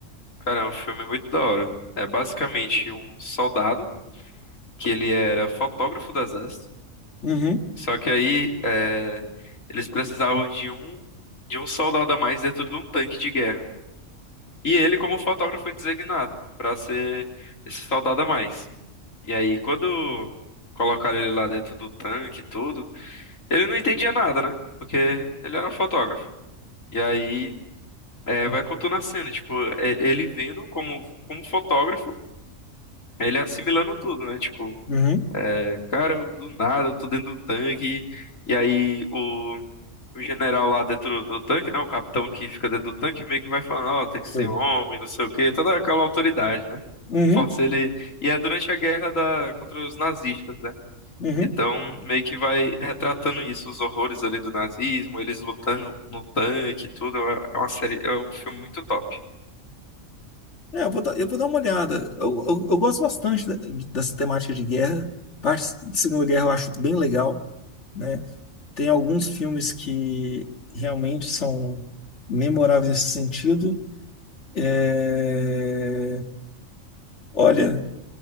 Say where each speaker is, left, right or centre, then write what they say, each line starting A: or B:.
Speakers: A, on the left (about 75°); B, on the left (about 60°).
A: Cara, é um filme muito da hora. É basicamente um soldado que ele era fotógrafo do exército.
B: Uhum,
A: Só que aí é, eles precisavam de um de um soldado a mais dentro de um tanque de guerra. E ele, como fotógrafo, foi designado para ser esse soldado a mais. E aí, quando colocaram ele lá dentro do tanque e tudo, ele não entendia nada, né? Porque ele era fotógrafo. E aí É, vai contando a cena, tipo, ele ele vendo como, como fotógrafo, ele assimilando tudo, né? Tipo,
B: uhum,
A: é, cara, eu, do nada, eu tô dentro do tanque, e aí o, o general lá dentro do tanque, né? O capitão que fica dentro do tanque, meio que vai falando, ó, tem que ser
B: Sim.
A: homem, não sei o quê, toda aquela autoridade, né?
B: uhum,
A: Força ele. E é durante a guerra da, contra os nazistas, né?
B: uhum.
A: Então, meio que vai retratando isso, os horrores ali do nazismo, eles lutando no tanque, e tudo. É uma série, é um filme muito top.
B: É, eu vou dar, eu vou dar uma olhada. Eu, eu, eu gosto bastante da- dessa temática de guerra. Parte de Segunda Guerra eu acho bem legal, né? Tem alguns filmes que realmente são memoráveis nesse sentido. É, Olha,